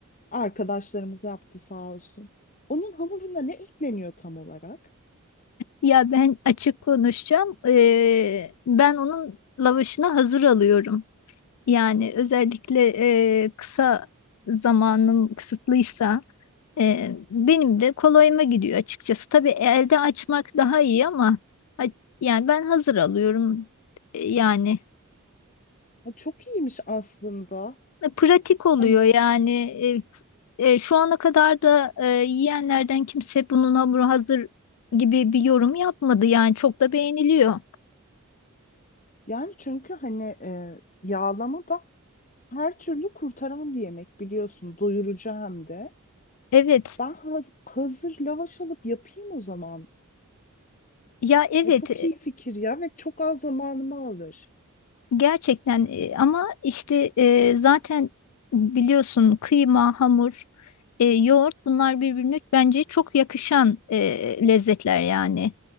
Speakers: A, on the left (about 35°); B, on the left (about 85°).
A: arkadaşlarımız yaptı sağ olsun. Onun hamuruna ne ekleniyor tam olarak?
B: Ya ben açık konuşacağım. Ee, ben onun lavaşını hazır alıyorum. Yani özellikle e, kısa zamanım kısıtlıysa e, benim de kolayıma gidiyor açıkçası. Tabii elde açmak daha iyi ama a- yani ben hazır alıyorum. E, Yani
A: Ha, çok iyiymiş aslında.
B: pratik oluyor
A: Hani
B: yani E, e, şu ana kadar da e, yiyenlerden kimse bunun hamuru hazır gibi bir yorum yapmadı yani çok da beğeniliyor.
A: yani çünkü hani e, yağlama da her türlü kurtaran bir yemek biliyorsun. Doyurucu hem de.
B: Evet
A: Ben haz- hazır lavaş alıp yapayım o zaman.
B: ya evet
A: Ay çok iyi fikir ya ve çok az zamanımı alır.
B: Gerçekten e, ama işte e, zaten biliyorsun kıyma, hamur, e, yoğurt bunlar birbirine bence çok yakışan e, lezzetler yani.